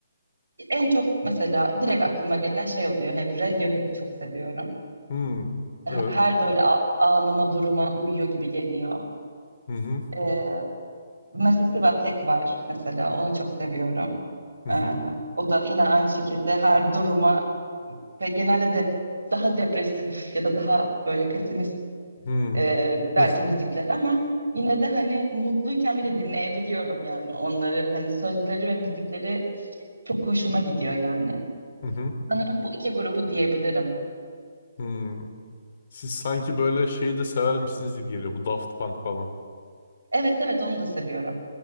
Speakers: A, on the right; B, on the left.
A: En çok mesela direkt aklıma gelen şey oluyor hep Radiohead'i çok seviyorum.
B: Hmm. Evet.
A: Her böyle a- anıma duruma uyuyor gibi geliyor.
B: Hı hı.
A: Ee, Massive Attack var mesela onu çok seviyorum.
B: Hı
A: Ee,
B: hı.
A: o da yine aynı şekilde her duruma ve genelde de daha depresif ya da daha böyle pesimist
B: Hı.
A: e, belki
B: <laughs>
A: müzikler ama yine de hani mutluyken bile dinleyebiliyorum yani onları hani sözleri ve müzikleri çok hoşuma gidiyor yani.
B: Hı hı.
A: Sanırım bu iki grubu diyebilirim.
B: Hı. Siz sanki böyle şeyi de severmişsiniz gibi geliyor. Bu Daft Punk falan.
A: Evet evet onu da seviyorum.